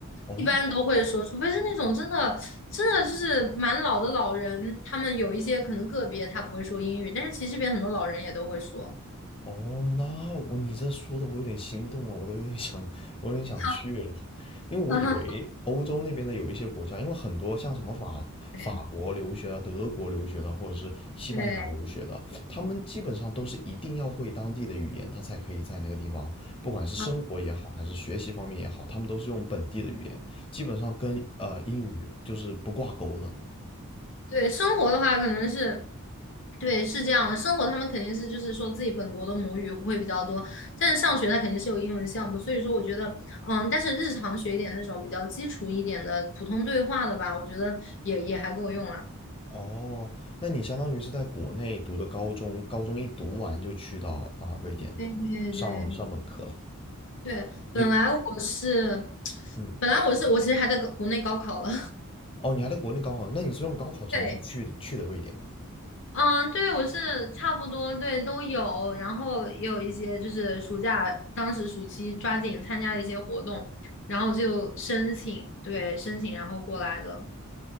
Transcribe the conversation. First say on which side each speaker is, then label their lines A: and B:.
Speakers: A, on the left (about 25°); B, on the left (about 55°).
A: 哦，
B: 一般都会说，除非是那种真的真的就是蛮老的老人，他们有一些可能个别他不会说英语，但是其实这边很多老人也都会说。
A: 哦，那我你这说的我有点心动了，我都有点想，我有点想去了，
B: <laughs>
A: 因为我以为欧洲那边的有一些国家，
B: 哈哈，
A: 因为很多像什么法法国留学的、
B: 对
A: 德国留学的啊，或者是西班牙留学的，
B: 对，
A: 他们基本上都是一定要会当地的语言，他才可以在那个地方，不管是生活也好，
B: 啊，
A: 还是学习方面也好，他们都是用本地的语言，基本上跟呃英语就是不挂钩的。
B: 对，生活的话可能是，对，是这样的。生活他们肯定是就是说自己本国的母语会比较多，但是上学他肯定是有英文项目，所以说我觉得，嗯，但是日常学一点那种比较基础一点的普通对话的吧，我觉得也也还够用了。
A: 哦，那你相当于是在国内读的高中，高中一读完就去到啊瑞典
B: 对对对
A: 上上本科了。
B: 对，本来我是，
A: 你
B: <tsk>
A: 嗯，
B: 本来我是我其实还在国国内高考了，
A: 哦，你还在国内高考，那你是用高考成绩去的去的瑞典吗？
B: <laughs> 对。嗯，对，我是差不多，对，都有，然后也有一些就是暑假，当时暑期抓紧参加了一些活动，然后就申请，对，申请然后过来的，